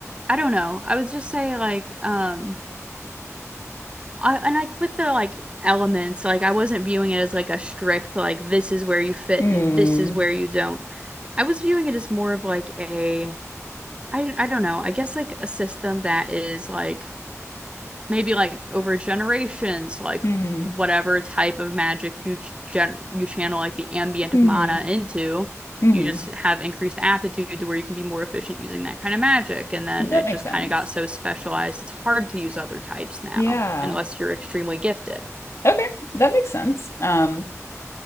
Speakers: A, on the right (about 20°); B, on the left (about 55°).
A: I don't know. I would just say like um I and like with the like elements, like I wasn't viewing it as like a strict like this is where you fit
B: Mm-hmm.
A: and this is where you don't. I was viewing it as more of like a I I don't know. I guess like a system that is like maybe like over generations, like
B: Mm-hmm.
A: whatever type of magic you gen you channel like the ambient
B: Mm-hmm.
A: mana
B: Mm-hmm. Mm,
A: into,
B: hmm
A: you just
B: hmm
A: have increased aptitude to where you can be more efficient using that kind of magic. And then
B: hmm That
A: it
B: makes
A: just
B: sense.
A: kind of got so specialized, it's hard to use other types now,
B: Yeah.
A: unless you're extremely gifted.
B: Okay, that makes sense. Um,